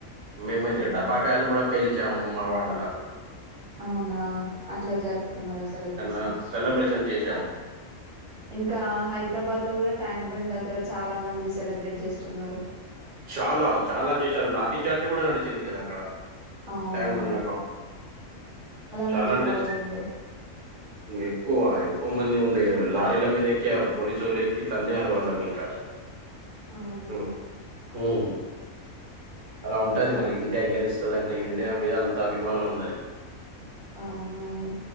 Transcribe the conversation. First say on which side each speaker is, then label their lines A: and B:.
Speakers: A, on the right; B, on the right.
A: మేమైతే
B: అవును
A: టపాకాయలు కూడా ప్పేల్చ ముమావాడాలా
B: అవునా అట్లా జరుపుకున్నారా సెలబ్రేషన్
A: ఆ! సెలబ్రేషన్ చేశాము.
B: ఇంకా హైదరాబాద్ లో కూడా ట్యాంక్ బండ్ దగ్గర చాలా మంది సెలబ్రేట్ చేసుకున్నారు
A: చాలా చాలా చేశారు లాటి చర్జ్ కూడా నడిసింది కదా అక్కడ
B: అవునవును
A: ట్యాక్ బండ్ల
B: మంది
A: చాలా అంటే
B: క్రౌడ్ ఉండే
A: ఎక్కువ ఎక్కువ మంది ఉండ లారీల మీద ఎక్కిరు పోలీసు వాళ్ళు ఎక్కి తన్నే ఆరు వాళ్ళకి ఇంకా
B: అవునా
A: హ్మ మ్మ్ అలా ఉంటది
B: మొత్తానికి
A: మరి ఇండియా గెలుస్తుంది అంటే ఇండియా మీద అంతా విమానం వందరిగి
B: అవునవును